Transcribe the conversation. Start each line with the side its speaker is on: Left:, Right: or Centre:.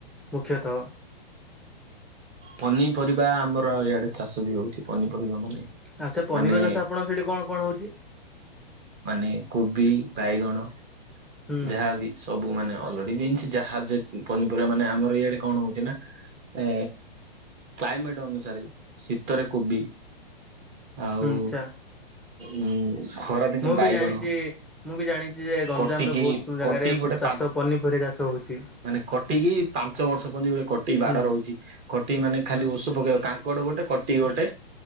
Centre: ମୁଖ୍ୟତଃ।
Right: ପନିପରିବା ଆମର ଇଆଡେ ଚାଷ ବି ହଉଛି ପନିପରିବା ମାନେ
Centre: ଆଚ୍ଛା ପନିବା
Right: ମାନେ
Centre: ଚାସ ଆପଣ ସେଠି କଣ କଣ ହଉଛି?
Right: ମାନେ କୋବି, ବାଇଗଣ
Centre: ହୁଁ
Right: ଯାହା ବି ସବୁ ମାନେ ଅଲଡି ବିନସ୍ ଯାହା ପନିପରିବା ମାନେ ଆମର ଇଆଡେ କଣ ହଉଛି ନା ଏ କ୍ଲାଇମେଟ ଅନୁସାରେ ଶୀତରେ କୋବି ଆଉ
Centre: ହୁଁ ଆଚ୍ଛା
Right: ଉ ଖରାଦିନେ
Centre: ମୁଁ
Right: ବାଇଗଣ
Centre: ବି ଜାଣିଛି ମୁଁ ବି ଜାଣିଛି ଯେ ଗଞ୍ଜାମରେ
Right: କ ଟିକି
Centre: ବହୁତ ଜାଗାରେ
Right: କଟି ଗୋଟେ
Centre: ଚାଷ
Right: ପା
Centre: ପନିପରିବା ଚାଷ ହଉଛି
Right: ମାନେ କଟିକି ପାଞ୍ଚ ବର୍ଷ ପର୍ଯ୍ୟନ୍ତ ଗୋଟେ କଟି ବାଡ଼
Centre: ହୁଁ
Right: ରହୁଛି। କଟି ମାନେ ଖାଲି
Centre: ହୁଁ
Right: ଓସ ପକେଇବ କାଙ୍କଡ ଗୋଟେ କଟି ଗୋଟେ